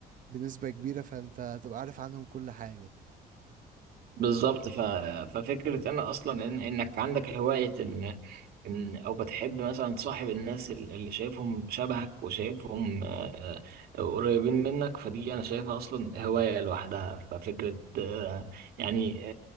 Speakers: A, on the right; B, on the right.
A: بنسبة كبيرة فانت هتبقى عارف عنهم كل حاجة
B: بالظبط ف... ففكرة أنا أصلا إن... إنك عندك هواية إن... إن أو بتحب مثلا تصاحب الناس ال- اللي شايفهم شبهك وشايفهم آه، آه، قريبين منك فدي أنا شايفها أصلا هواية لوحدها ففكرة آه، يعني